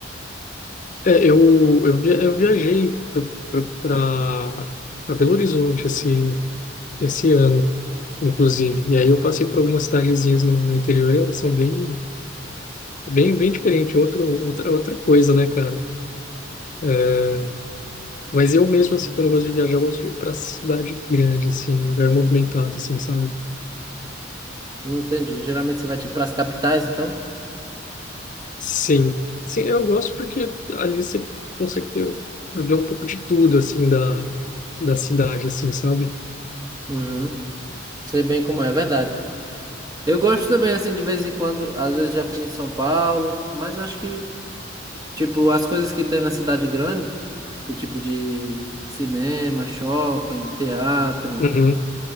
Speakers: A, on the left; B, on the right.
A: É, eu, eu, via, eu viajei para Belo Horizonte esse, esse ano, inclusive. E aí eu passei por algumas cidadezinhas no, no interior, elas são bem Bem, bem diferente, outro, outra, outra coisa, né, cara? É, mas eu mesmo, assim, quando eu gosto de viajar, eu gosto de ir pra cidade grande, assim, lugar movimentado, assim, sabe?
B: Não entendi. Geralmente você vai tipo para as capitais, então?
A: Sim. Sim, eu gosto porque ali você consegue ter, ver um pouco de tudo, assim, da, da cidade, assim, sabe?
B: Uhum. Sei bem como é, é verdade. Eu gosto também assim de vez em quando, às vezes já fui em São Paulo, mas eu acho que Tipo, as coisas que tem na cidade grande, de tipo de cinema, shopping, teatro.
A: Uhum,